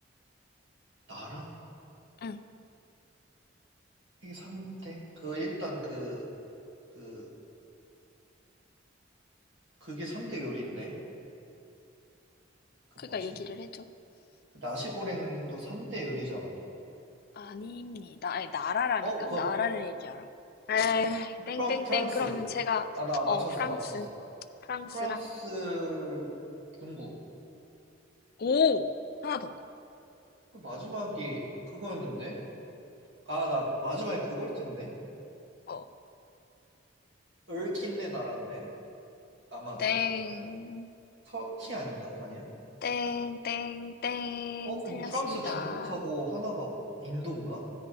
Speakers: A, on the right; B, on the left.
A: 나 알아?
B: 응.
A: 세계 3대? 그, 일단 그, 그, 그게 3대 요리인데? 그
B: 그러니까
A: 뭐지?
B: 얘기를 해줘.
A: 나시고랭도 3대 요리잖아.
B: 아닙니다. 아니, 나라라니까?
A: 어, 그,
B: 나라를 얘기하라고. 에이, 땡땡땡.
A: 프랑, 프랑스.
B: 그러면 제가,
A: 아, 나 맞췄어,
B: 어, 프랑스.
A: 맞췄어.
B: 프랑스랑.
A: 프랑스, 중국.
B: 오! 하나 더.
A: 그 마지막이 그거였는데? 아, 나 마지막에 그걸 텐데?
B: 어.
A: 얼킨네 나라인데 아마도.
B: 땡.
A: 터키 아닌가? 아니야?
B: 땡 땡땡.
A: 어, 그럼
B: 틀렸습니다.
A: 프랑스, 중국하고 하나가 어, 인도인가?